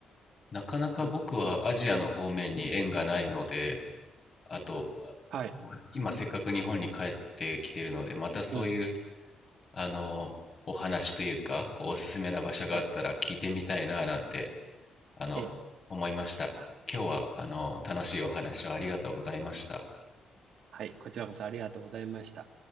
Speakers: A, on the left; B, on the right.
A: なかなか僕はアジアの方面に縁がないので
B: うん。
A: あと
B: はい。
A: 今せっかく日本に帰ってきてるのでまたそういう
B: うん。
A: あの、お話というか、こうおすすめな場所があったら聞いてみたいななんて、
B: はい。
A: あの、
B: ええ。
A: 思いました。
B: あ
A: 今日は、あの、楽しいお話をありがとうございました。
B: はい。こちらこそありがとうございました。